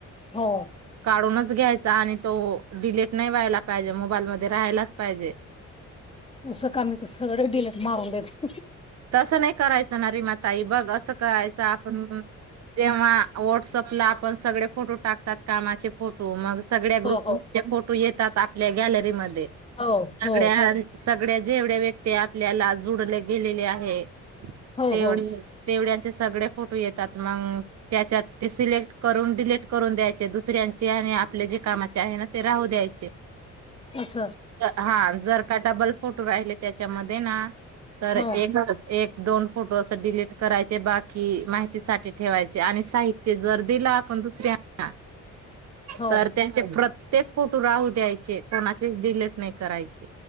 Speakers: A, on the left; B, on the right.
A: हो
B: काढूनच घ्याय आणि तो डिलेट नाही व्हायला पाहिजे मोबाईल मध्ये राहायलाच पाहिजे.
A: तसं का मी तर सगळेच डिलीट मारून देते.
B: तसं नाही करायचं ना, रीमा ताई, बघ असं करायच आपन जेव्हा वॉट्सअप ला आपण सगळे फोटो टाकतात कामाचे फोटो मगचं सगळ्या ग्रुप
A: हो हो
B: मधून फोटो येतं त्यात आपल्या गॅलरीमध्ये.
A: हो. हो.
B: सगळ्या सगळ्या जेवढ्या व्यक्ती आपल्याला जुडले गेलेल्या... हाय.
A: हो
B: तेवढे
A: हो
B: तेवढ्या ते सगळे फोटो येतात मग त्याच्यात सिलेक्ट करून डिलीट करून द्यायचे दुसऱ्यांचे आणि आपले जे कामाचे आहे ते राहू द्यायचे.
A: असं
B: हा. जर का डबल फोटो राहिले त्याच्यामध्ये ना.. तर
A: हो
B: एक.. एक दोन फोटोचं डिलीट करायचे. बाकी माहितीसाठी ठेवायचे. आणि साहित्य जर दिला आपण दुसऱ्यांना..
A: हो
B: तर त्याची प्रत त्येक फोटो राहू द्यायचे. कोणाचे डिलीट नाही. करायचे.